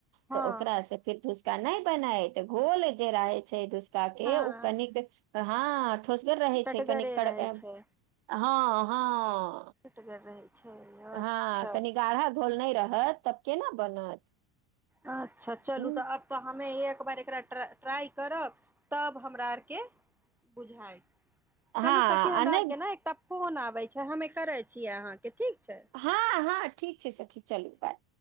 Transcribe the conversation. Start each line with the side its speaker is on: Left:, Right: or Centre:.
Centre: हँ
Right: तऽ ओकासँ फर। दुसका नहि बना हत गोल जे रहै छै। क के
Centre: हँ
Right: ओ कनििक। ऽ हँ। खोसगर रहै
Centre: टटगरे
Right: छै कनि। हँ-
Centre: रहै छै
Right: हँ।
Centre: टटगर रहै छै
Right: हँ
Centre: अच्छा
Right: कनि गाढ़ा घोल नहि रहत तऽ। केना बनत।
Centre: अच्छा चलू
Right: हूँ,
Centre: तऽ आब तऽ हमे एक बार एकरा ट्राइ करब। तब हमरा आरके बुझाइ।
Right: हँ
Centre: चलू सखी हमरा
Right: आ नहि
Centre: आरके ने एकटा। फोन आबे छै हमे करे छियै अहाँके। ठीक छै
Right: हँ हँ ठीक छै सखी चलू बाय।